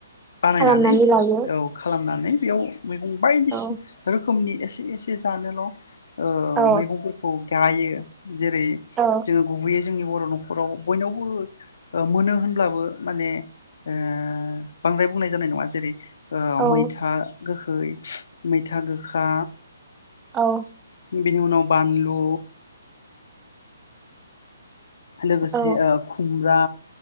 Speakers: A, on the left (about 65°); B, on the right (about 15°).
A: बानायनानै
B: खालामनानै लायो
A: औ खालामनानै बेयाव मैगं बायदिसिना
B: औ
A: रोखोमनि ए एसे एसे जानोल' ओ
B: औ
A: मैगंफोरखौ गायो जेरै
B: औ
A: जोङो गुबैयै जोंनि बर' न'खराव बयनावबो ओ मोनो होनब्लाबो माने ओ बांद्राय बुंनाय जानाय नङा जेरै ओ
B: औ
A: मैथा गोख मैथा गोखा
B: औ ।
A: बिनि उनाव बानलु लोगोसे
B: औ
A: ओ खुमब्रा